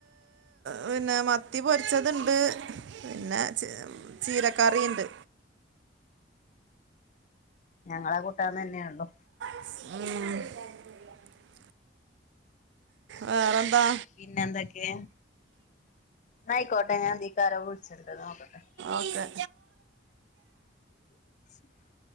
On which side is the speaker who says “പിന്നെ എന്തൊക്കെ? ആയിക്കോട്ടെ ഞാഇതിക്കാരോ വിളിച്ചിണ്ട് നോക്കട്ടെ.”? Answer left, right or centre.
Left